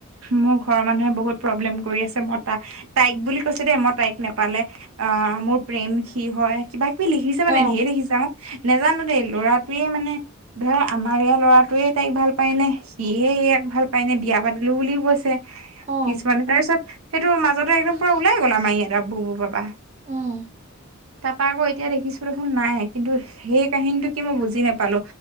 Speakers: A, on the right (about 70°); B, on the right (about 35°).
A: মোৰ ঘৰৰ মানুহে বহুত প্ৰব্লেম কৰি আছে মই তাক তাইক বুলি কৈছে দেই মই তাইক নেপালে অ মোৰ প্ৰেম সি হয় কিবা কিবি লিখিছে মানে
B: অ',
A: ঢেৰ লিখিছো অ নোজানো দেই ল'ৰাটোৱে মানে ধৰা আমাৰ ইয়াৰ ল'ৰাটোৱে তাইক ভাল পায় নে সিয়ে সিয়ে এয়াক ভাল পায় নে বিয়া পাতিলো বুলিও কৈছে
B: অ',
A: কিছুমানে তাৰ পিছত সেইটো মাজতে একদম পুৰা ওলাই গ'লা আমাৰ ই এটা বুব বাবা
B: উম,
A: তাপা আকৌ এতিয়া দেখিছো দেখোন নাই কিন্তু সেই কাহিনীটো কি মই বুজি নাপালো